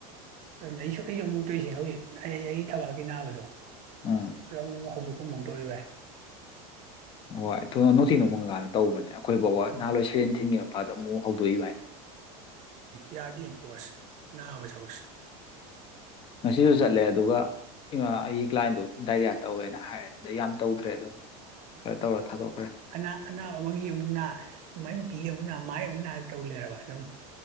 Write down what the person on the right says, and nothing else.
ꯎꯝ ꯑꯩꯁꯨ ꯑꯩ ꯑꯃꯨꯛ ꯑꯃꯨꯛ ꯇꯧꯔꯤꯁꯦ ꯍꯧꯖꯤꯛ ꯑꯩ ꯑꯩꯒꯤ ꯊꯕꯥꯛꯀꯤ ꯅꯥꯕꯗꯣ
ꯑꯗꯨ ꯑꯃꯨꯛ ꯑꯃꯨꯛ ꯍꯧꯗꯣꯛ ꯀꯔꯝ ꯀꯔꯝ ꯇꯧꯔꯤ ꯚꯥꯢ
ꯎꯝ
ꯌꯥꯗꯦꯅꯦ ꯄꯣꯠꯁꯦ ꯅꯥꯕꯩ ꯁꯔꯨꯛꯁꯦ
ꯑꯅꯥ ꯑꯅꯥꯕ ꯑꯃꯒꯤ ꯑꯃꯨꯛ ꯅꯥ ꯃꯥꯏ ꯅꯨꯄꯤꯒꯤ ꯑꯃꯨꯛ ꯅꯥ ꯃꯥꯏ ꯑꯃꯨꯛ ꯅꯥ ꯇꯧ ꯂꯩꯔꯕ ꯑꯗꯨꯝ